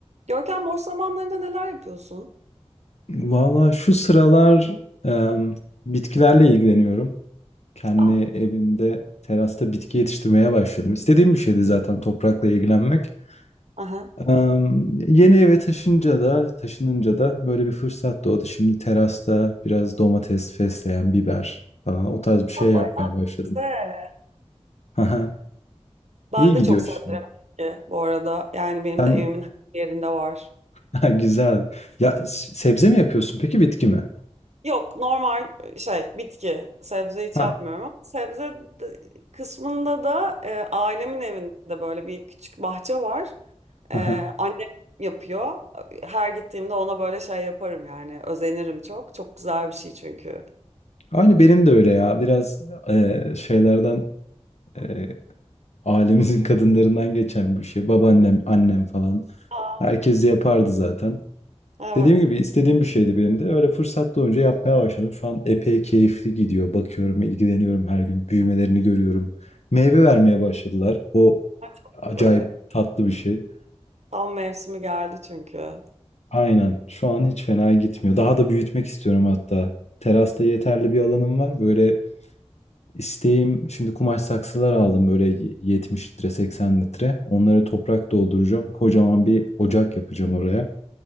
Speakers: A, on the right (about 75°); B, on the left (about 70°).
A: Görkem boş zamanlarında neler yapıyorsun?
B: Valla şu sıralar em, bitkilerle ilgileniyorum. Kendi
A: Ah,
B: evimde terasta bitki yetiştirmeye başladım. İstediğim bir şeydi zaten toprakla ilgilenmek.
A: Aha.
B: Em, yeni eve taşınca da taşınınca da böyle bir fırsat doğdu. Şimdi terasta biraz domates, fesleğen, biber falan o tarz bir şey
A: Aa,
B: yapmaya
A: Bayağı
B: başladım.
A: güzel.
B: Haha,
A: Ben
B: İyi
A: de
B: gidiyor
A: çok severim
B: şimdi.
A: bitki bu arada. Yani benim
B: Sen
A: de evimin her yerinde var.
B: <laughs> Ha, güzel. Ya s- sebze mi yapıyorsun peki bitki mi?
A: Yok normal şey bitki. Sebze hiç
B: Ha,
A: yapmıyorum ama sebze de- kısmında da e, ailemin evinde böyle bir küçük bahçe var.
B: aha.
A: E, annem yapıyor. Her gittiğimde ona böyle şey yaparım yani. Özenirim çok. Çok güzel bir şey çünkü.
B: Aynı benim de öyle ya. Biraz e, şeylerden e, ailemizin kadınlarından geçen bir şey. Babaannem, annem falan.
A: Aa,
B: Herkes de yapardı zaten.
A: evet.
B: Dediğim gibi istediğim bir şeydi benim de. Öyle fırsat doğunca yapmaya başladım. Şu an epey keyifli gidiyor. Bakıyorum, ilgileniyorum her gün. Büyümelerini görüyorum. Meyve vermeye başladılar. O
A: Ay, Çok
B: acayip
A: güzel.
B: tatlı bir şey.
A: Tam mevsimi geldi çünkü.
B: Aynen. Şu an hiç fena gitmiyor. Daha da büyütmek istiyorum hatta. Terasta yeterli bir alanım var. Böyle İsteğim şimdi kumaş saksılar aldım böyle 70 litre 80 litre. Onları toprak dolduracağım. Kocaman bir ocak yapacağım oraya.